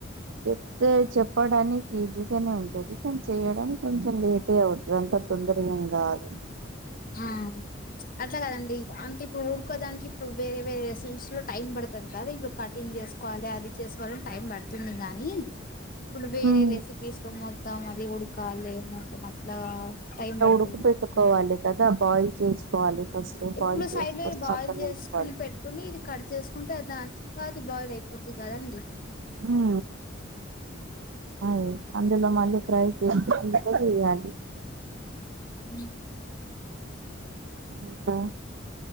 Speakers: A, on the right (about 75°); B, on the left (about 45°).
A: చెప్ చెప్పడానికి ఈజీగానే ఉంటుంది కానీ చేయడం కొంచెం లేటే అవుతది అంత తొందరగా ఏం కాదు
B: ఆ అట్లా కదండి అంటే ఇప్పుడు ఎక్వ దానికి ఇప్పుడు వేరే రెసిపీస్ లో టైం పడుతది కదా ఇప్పు కటింగ్ చేసుకోవాలె అది చేసుకోవాలని టైం పడ్తాది తుంది కానీ ఇప్పుడు వేరే
A: హ్మ్
B: రెసిపీస్ లో మొత్తం అది ఉడకాలి మొత్తం అట్లా టైం పడత
A: ఉడక పెట్టుకోవాలి కదా బాయిల్ చేసుకోవాలి ఫస్ట్
B: ఇప్పుడు
A: బాయిల్ చేసుకొని
B: సైడ్ లో ఇది బాయిల్
A: పక్కన
B: చేసుకుని
A: ఉంచుకోవాలి
B: పెట్టుకుని ఇది కట్ చేసుకుంటే దాని అది బాయిల్ అయిపోంది కదండి
A: ఉ అదే అందులో మళ్ళీ ఫ్రై చేసినంక చేయ్యాలి
B: ఉ
A: ఇంకా